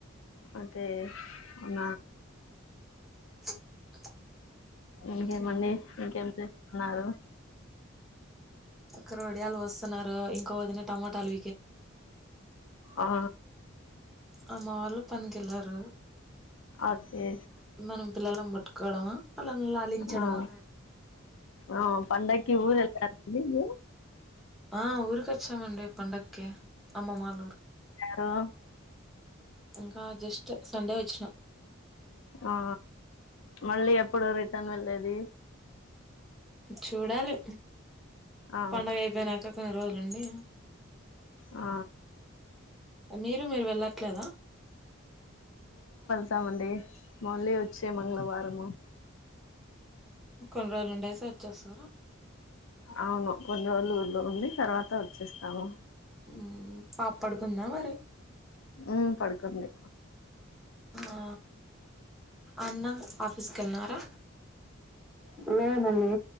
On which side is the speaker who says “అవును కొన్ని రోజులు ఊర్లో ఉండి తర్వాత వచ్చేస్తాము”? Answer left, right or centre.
Left